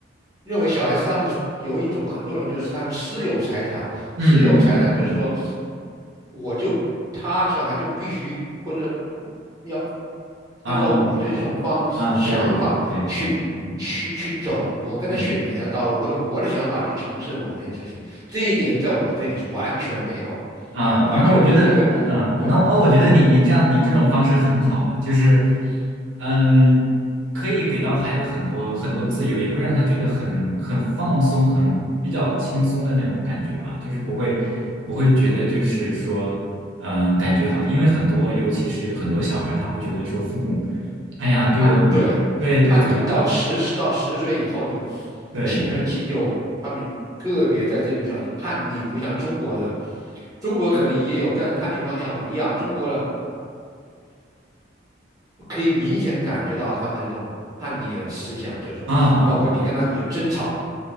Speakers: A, on the right (about 20°); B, on the right (about 80°).
A: 认为小孩是他们的有一种很多人就是他们私有财产，
B: 嗯嗯嗯嗯
A: 私有财产就是说，我就他小孩就必须或者要
B: 嗯，
A: 按照我的这种方式想法去去去走，
B: 啊啊，对对对对对，嗯
A: 我跟他选择这条道路，
B: 嗯。
A: 或者我的想法去从事某件事情，这一点在我这里是完全没有，
B: 啊，
A: 完全没有，
B: 那我觉得，
A: 因为对。
B: 呃，那那我觉得你你这样你这种方式很好啊，就是，嗯、可以给到孩子很多很多自由，也会让他觉得很很放松，很比较轻松的那种感觉吧，就是不会不会觉得就是说，嗯、感觉好，因为很多尤其是很多小孩儿他会觉得说父母，哎呀，对我怎么样，
A: 按对，
B: 对对怎么
A: 按理到十到十岁以后就
B: 对对
A: 青春期就他们个别在这边上叛逆，不像中国的，中国可能也有，但是叛逆方向不一样。中国的可以明显感觉到他的这种叛逆的思想，就是说，
B: 啊啊啊
A: 包括你跟他有争吵，